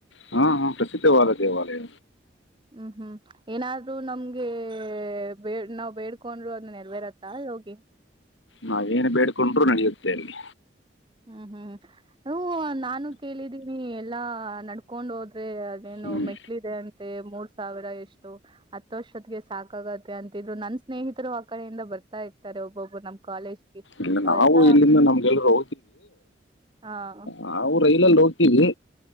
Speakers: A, on the left; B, on the right.
A: ಹಾ ಹಾ ಪ್ರಸಿದ್ಧವಾದ ದೇವಾಲಯ.
B: ಹ್ಮ್ ಹ್ಮ್ ಏನಾದ್ರು ನಮ್ಗೆ ಬೇ ನಾವ್ ಬೇಡ್ಕೊಂಡರು ಅದ್ ನೆರವೇರತ್ತಾ ಹೋಗಿ.
A: ನಾವೇನ್ ಬೇಡ್ಕೊಂಡ್ರು ನಡೆಯುತ್ತೆ ಅಲ್ಲಿ.
B: ಹ್ಮ್ ಹ್ಮ್ ಹ ನಾನು ಕೇಳಿದ್ದೀನಿ ಎಲ್ಲಾ ನಡ್ಕೊಂಡ್ ಹೋದ್ ೇ ಅದೇನು
A: ಹ್ಮ್
B: ಮೆಟ್ಲಿದೆ ಅ ಮತ್ತ ಮೂರ್ ಸಾವಿರ ಎಷ್ಟು ಹತ್ತು ವರ್ಷ್ಟತ್ಿಗೆ ಸಾಕಾಗತ್ತೆ ಅಂತಿದ್ರು ನನ್ ಸ್ನೇಹಿತರು ಆ ಕಡೆಯಿಂದ ಬರ್ತಾ ಇರ್ತಾರೆ ಒಬ್ಬೊಬ್ರು ನಮ್ ಕಾಲೇಜ್ಗೆ
A: ಇಲ್ಲ
B: ಅವರೆಲ್ಲಾ
A: ನಾವು ಇಲ್ಲಿಂದ ನಮ್ಗೆಲ್ರರು.
B: ಹ ಹ್ಮ್
A: ನಾವು ರೈಲಲ್ಲಿ ಹೋಗ್ತೀವಿ.